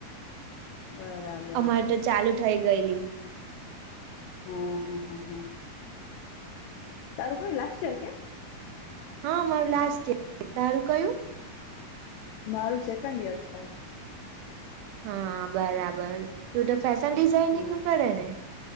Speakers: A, on the left; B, on the right.
A: બરાબર હા
B: અમારે તો ચાલુ થઈ ગયેલી.
A: હમ હમ હા હમ તારું કઈ લાસ્ટ ઇયર કે
B: હા મારું લાસ્ટ તારું કયું?
A: મારું સેકન્ડ ઈયર છે.
B: હા બરાબર તું તો ફેશન ડિઝઇનિંગ
A: હમ.
B: નું કરે ને